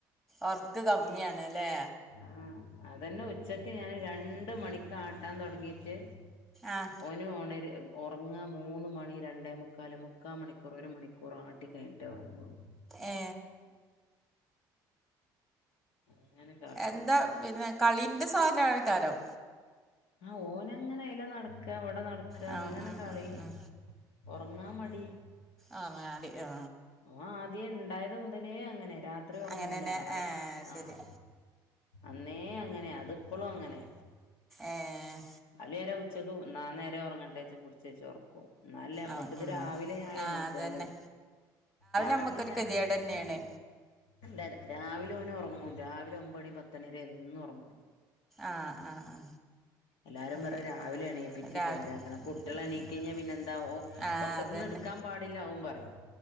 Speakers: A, in the centre; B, on the left (about 75°).
A: ഒർക്ക് കമ്മിയാണ്ലേ.
B: ആഹ് അതെന്നെ ഉച്ചക്ക് ഞാന് രണ്ട് മണിക്കാട്ടാൻ തോട്‌ങ്ങീട്ട്
A: ആഹ്
B: ഓന് ഒണരാ ഒർങ്ങ മൂന്ന്മണി രണ്ടേ മുക്കാൽ മുക്കാൽമണിക്കൂർ ഒര് മണിക്കൂറാണ് ആട്ട ട്ടി കയിഞ്ഞിട്ടേ ഒറങ്ങുള്ളു
A: ഏ
B: അങ്ങനെ കാട്ടും
A: എന്താ പിന്നെ കളിന്റെ സോലായ്ക്കാരം.
B: ആഹ് ഓനങ്ങനെ അയ്ലെ നടക്ക ഇവടെ നടക്ക
A: ആ
B: അങ്ങനെ
A: ഉം
B: കളി
A: ഉം ഉം
B: ഒറങ്ങാൻ മടി
A: ആഹ് മാടിയാ
B: ഓൻ ആദ്യം ഇണ്ടായത് മുതലേ അങ്ങനെ രാത്രി ഒറങ്ങൂല
A: അങ്ങനെന്നെ
B: രാ
A: ഏ ശരി
B: ആഹ് അന്നേ അങ്ങനെ അതിപ്പളും അങ്ങനെ
A: ഏഹ്
B: അല്ലെന്നാര ഉച്ചക്ക് ന് ഞാൻ നേരം ഒറങ്ങട്ടെച്ച് പുടിച്ച് വെച്ച് ഒർക്കും. എന്നാലല്ലേ മ്മക്ക്
A: ആഹ്
B: ഇത്
A: ഉം
B: രാവിലെ ഞാൻ
A: ആഹ്
B: എണീറ്റാല്
A: അതന്നെ
B: രാവിലെ
A: നമ്മക്കൊരു
B: ഈ
A: കെതിയേട്
B: അഞ്ചര
A: തന്നെയാണ്
B: ഇല്ല രാവിലെ ഓന് ഒർങ്ങും രാവിലെ ഒമ്പത് മണി പത്ത് മണിവെരെന്നും ഒർങ്ങും.
A: ആഹ് ആഹ് ആഹ്
B: എല്ലാരും
A: അതെ
B: പറയും രാവിലെ എണിയിപ്പിച്ച്
A: രാവിലെ
B: ചേലാക്കണം
A: ഉം
B: കുട്ടിയാള്
A: ഉം
B: എണീറ്റ്
A: ഉം
B: കയിഞ്ഞ പിന്നെന്താ ഓ
A: ആഹ്
B: ഒറക്കത്ത്ന്ന്
A: അതന്നെ
B: എടുക്കാൻ പാടില്ല ഓൻ പറയും.